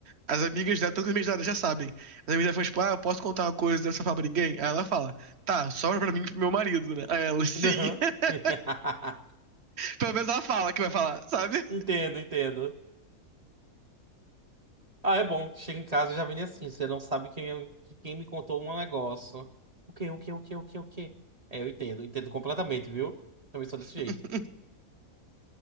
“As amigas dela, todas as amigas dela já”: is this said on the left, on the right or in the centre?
Right